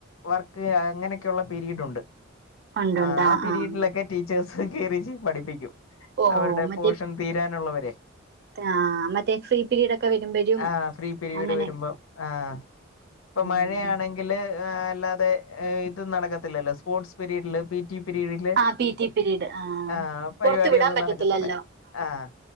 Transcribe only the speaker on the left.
വർക്ക് അങ്ങനെയൊക്കെയള്ള പീരീഡ് ഉണ്ട്
ആ
ആ പിീരീഡിലൊക്കെ
ടീച്ചേഴ്സ് കയറി പഠിപ്പിക്കും
അവരുടെ
പോഷം തീരാനുള്ളവരെ
ആഹ് ഫ്രീ പീരീഡ്
വരുമ്പോ ആഹ് ഇപ്പൊ
മഴയാണെങ്കില് അല്ലാതെ ഇത് നടക്കത്തില്ലല്ലോ സ്പോർട്സ് പീരീഡില് പിറ്റി പിരീഡില്
ആഹ് പരിപാടിയൊന്നും
നടക്കത്തില്ല ആഹ്